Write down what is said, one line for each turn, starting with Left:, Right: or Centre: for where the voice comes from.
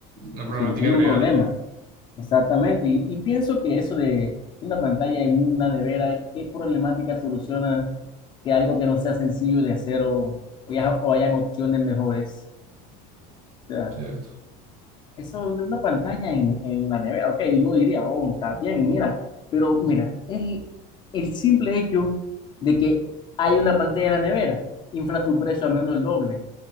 Right: Una
Left: que
Right: problemática
Left: solucione un
Right: real,
Left: problema. Exactamente. Y, y pienso que eso de una pantalla en una nevera, ¿qué problemática soluciona que algo que no sea sencillo de hacer o, o ya- o hayan opciones mejores? O sea,
Right: ¿cierto?
Left: eso de una pantalla en, en la nevera, ok, uno diría, oh, está bien, mira, pero mira, el, el simple hecho de que hay una pantalla en la nevera infla su precio a menos el doble.